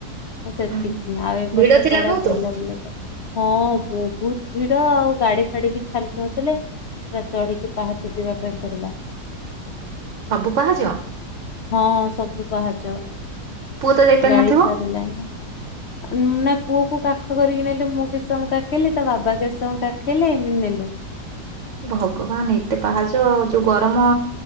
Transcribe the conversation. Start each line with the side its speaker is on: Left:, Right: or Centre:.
Left: ହ ସେତିକି
Right: ହୁଁ
Left: ଆଉ ଏ ବର୍ଷ
Right: ଭିଡ ଥିଲା
Left: କୁଆଡେ
Right: ବହୁତ?
Left: ବୁଲା ବୁଲି ହଁ ବହୁତ ଭ ଆଉ ଗାଡି ଫାଡି ବି ଛାଲୁ ନଥିଲେ ପୁରା ଚଢିକି ପାହା ଯିବା ପାଇଁ ପଡିଲା।
Right: ସବୁ ପାହାଜ?
Left: ହଁ ସବୁ ପାହାଚ
Right: ପୁଅ ତ ଯାଇପାରିନଥିବ?
Left: ଗାଡି ଛାଡିଲନି ନା ପୁଅ କୁ କାଖ କରିକି ନେଲି ମୁଁ କିଛି ସମୟ କାଖେଇଲି ତା ବାବା କେସବୁ କାଖେଇଲେ ଏମିତି ନେଲୁ।
Right: ଭଗବାନ ଏତେ ପାହାଚ ଯୋଉ ଗରମ